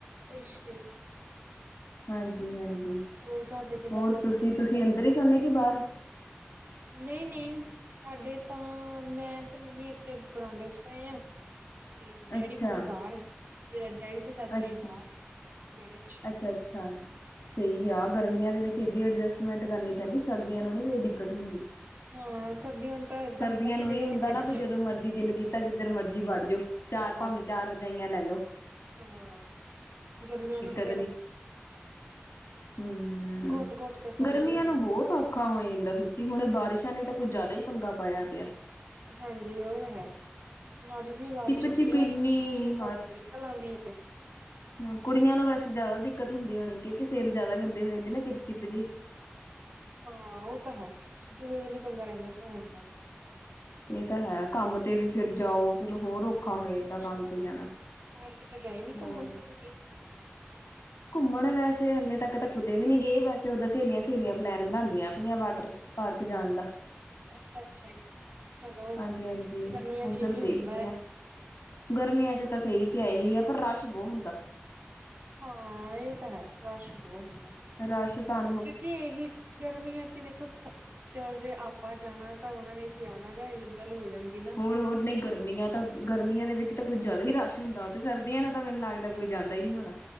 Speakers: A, on the right; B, on the left.
A: ਅੱਛਾ ਜੀ।
B: ਹਾਂਜੀ ਹਾਂਜੀ
A: ਹੋਰ ਘਰ ਦੇ ਕਿੱਦਾਂ
B: ਹੋਰ
A: ਸਾਰੇ
B: ਤੁਸੀਂ
A: ਠੀਕ
B: ਤੁਸੀਂ
A: ਆ?
B: ਅੰਦਰ ਹੀ ਸੌਦੇ ਕੀ ਬਾਹਰ।
A: ਨਹੀਂ ਨਹੀਂ। ਸਾਡੇ ਤਾਂ ਮੈਂ ਤੇ ਮੰਮੀ ਇੱਥੇ ਬਰਾਂਡੇ ਚ ਪਏ ਆ। ਤੇ ਡੈਡੀ
B: ਅੱਛਾ
A: ਹੁਣੀ ਬਾਹਰ, ਡੈਡੀ ਤੇ ਚਾਚਾ
B: ਅੱਛਾ
A: ਜੀ ਬਾਹਰ ਵੇੜੇ
B: ਅੱਛਾ -ਅੱਛਾ ਸਈ ਆ ਗਰਮੀਆਂ ਦੇ ਵਿੱਚ ਸਿੱਧੀ ਅਡਜਸਟਮੈਂਟ ਕਰਨੀ ਪੈਂਦੀ ਸਰਦੀਆਂ ਨੂੰ ਨਈ ਕੋਈ ਦਿੱਕਤ ਹੁੰਦੀ।
A: ਹਾਂ ਸਰਦੀਆਂ ਨੂੰ ਤਾਂ ਏਦਾਂ
B: ਸਰਦੀਆਂ
A: ਹੁੰਦਾ
B: ਨੂੰ
A: ਕਿ ਜਿੱਥੇ
B: ਇਹ ਹੁੰਦਾ
A: ਜਗ੍ਹਾ
B: ਨਾ ਵੀ
A: ਮਿਲ
B: ਜਦੋਂ ਮਰਜੀ ਦਿਲ ਕੀਤਾ ਜਿੱਧਰ
A: ਹਾਂ,
B: ਮਰਜ਼ੀ ਵੜ ਜੋ। ਚਾਰ
A: ਵੜ
B: ਭਾਵੇਂ ਚਾਰ
A: ਜਾਓ,
B: ਰਜਾਈਆਂ ਲੈ ਲੋ।
A: ਹਾਂ, ਗਰਮੀਆਂ ਨੂੰ- ਫੇਰ
B: <unintelligible> ਹੂੰ
A: ਘੁੱਟ-ਘੁੱਟ ਕੇ ਸੋ
B: ਗਰਮੀਆਂ
A: ਵੀ ਨੀ
B: ਨੂੰ
A: ਹੁੰਦਾ,
B: ਬਹੁਤ ਔਖਾ ਔਖਾ ਹੋ ਜਾਂਦਾ ਸੱਚੀ ਹੁਣ ਬਾਰਿਸ਼ਾਂ ਨੇ ਤਾਂ ਕੁੱਝ ਜ਼ਿਆਦਾ ਈ ਪੰਗਾ ਪਾਇਆ ਪਿਆ।
A: ਹਾਂਜੀ ਉਹ ਹੈ। ਮਾੜੀ ਜੀ ਵਾਰਿਸ਼
B: ਚਿਪ
A: ਹੁੰਦੀ
B: ਚਿਪ ਇੰਨੀ
A: ਐ, ਪਿੱਛੇ ਧੁੱਪ ਨਿਕਲ ਆਉਂਦੀ ਐ।
B: ਹਾ, ਕੁੜੀਆਂ ਨੂੰ ਵੈਸੇ ਜਿਆਦਾ ਦਿੱਕਤ ਹੁੰਦੀ ਹੋਣੀ ਕਿਉਂਕਿ ਸਿਰ ਜਿਆਦਾ ਗੰਦੇ ਹੋ ਜਾਂਦੇ ਨੇ ਨਾ ਚਿਪ-ਚਿਪ ਜੇ।
A: ਹਾਂ ਉਹ ਤਾਂ ਹੈ ਦੂਜੇ ਦਿਨ ਈ ਪੰਗਾ ਰਹਿੰਦਾ ਧੋਣ ਦਾ।
B: ਇਹ ਤਾਂ ਹੈ ਕੰਮ ਤੇ ਵੀ ਫਿਰ ਜਾਓ ਫਿਰ ਹੋਰ ਓ ਔਖਾ ਹੋ ਜਾਂਦਾ ਕੰਮ
A: ਹਾਂ
B: ਤੇ ਜਾਣਾ,
A: ਹੋਰ ਕਿਤੇ ਗਏ ਨੀ
B: ਹੋਰ
A: ਘੁੰਮਣ ਫਿਰ ਤੁਸੀਂ
B: ਘੁੰਮਣ ਵੈਸੇ ਹਲੇ ਤੱਕ ਤਾਂ ਕੁਤੇ ਵੀ ਨੀ ਗਏ ਵੈਸੇ ਉਦਾਂ ਸਹੇਲੀਆਂ-ਸਹੇਲੀਆਂ ਪਲੈਨ ਬਣਾਂਦੀਆਂ ਪਈਆਂ ਵਾਟਰ ਪਾਰਕ ਜਾਣ ਦਾ।
A: ਅੱਛਾ-ਅੱਛਾ ਜੀ ਚਲੋ
B: ਹਾਂਜੀ ਹਾਂਜੀ
A: ਗਰਮੀਆਂ ਚ
B: ਉੱਧਰ
A: ਇਹੀ
B: ਦੇਖਦੇ
A: ਹੁੰਦਾ ਐ।
B: ਆ। ਗਰਮੀਆਂ ਚ ਤਾਂ ਸਈ ਕਿਆ ਏਹੀ ਆ ਪਰ ਰਸ਼ ਬਹੁ ਹੁੰਦਾ।
A: ਹਾਂ, ਇਹ ਤਾਂ ਹੈ ਰਸ਼ ਬੋ ਹੁੰਦਾ।
B: ਰਸ਼ ਤਾ
A: ਕਿਉਂਕਿ ਏਹੀ, ਗਰਮੀਆਂ ਚ ਦੇਖੋ ਚਲੋ ਜੇ ਆਪਾਂ ਜਾਣਾ ਤਾਂ ਉਹਨਾ ਨੇ ਵੀ ਆਣਾ ਗਾ ਇਹੀ ਗੱਲ ਹੋ ਜਾਂਦੀ ਨਾ।
B: ਹੋਰ-ਹੋਰ ਨੇ ਗਰਮੀਆਂ ਤਾਂ ਗਰਮੀਆਂ ਦੇ ਵਿੱਚ ਤਾਂ ਕੁੱਝ ਜਿਆਦਾ ਹੀ ਰਸ਼ ਹੁੰਦਾ ਓਤੇ ਸਰਦੀਆਂ ਨੂੰ ਤਾਂ ਮੈਨੂੰ ਲੱਗਦਾ ਕੋਈ ਜਾਂਦਾ ਈ ਨਈ ਹੋਣਾ।